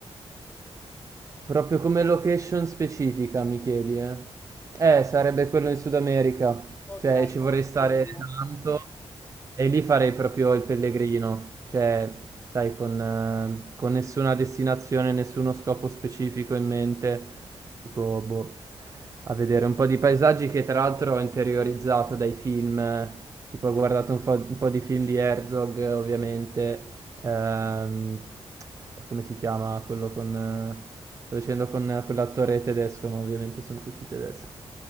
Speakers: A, on the right (about 30°); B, on the left (about 20°).
A: Proprio come location specifica, mi chiedi, eh? Eh, sarebbe quello in Sud America.
B: Ok,
A: Cioè, ci
B: comunque
A: vorrei stare
B: quello.
A: tanto e lì farei proprio il pellegrino. Cioè, sai, con, eh, con nessuna destinazione, nessuno scopo specifico in mente. Tipo, boh, a vedere un po' di paesaggi che tra l'altro ho interiorizzato dai film. eh. Tipo, ho guardato un fo- un po' di film di Herzog, eh, ovviamente. Ehm, come si chiama quello con... eh, Sto dicendo con eh, quell'attore tedesco, ma ovviamente sono tutti tedeschi.